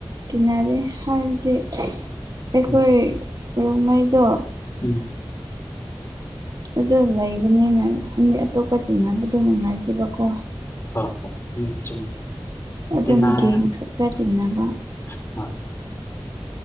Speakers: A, on the right; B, on the left.
A: ꯇꯤꯟꯅꯔꯦ ꯍꯥꯏꯕꯗꯤ ꯑꯩꯈꯣꯏ
B: ꯎꯝ
A: ꯔꯨꯝꯍꯩꯗꯣ
B: ꯎꯝ
A: ꯑꯗꯨ ꯂꯩꯕꯅꯤꯅ ꯃꯤ ꯑꯇꯣꯞꯄ ꯇꯤꯟꯅꯕꯗꯣ ꯅꯨꯡꯉꯥꯏꯇꯦꯕꯀꯣ
B: ꯍꯣꯏ ꯍꯣꯏ ꯆꯨꯝꯃꯤ
A: ꯑꯗꯨꯝ
B: ꯇꯤꯅ
A: ꯒꯦꯡ ꯈꯛꯇ ꯆꯤꯟꯅꯕ
B: <unintelligible>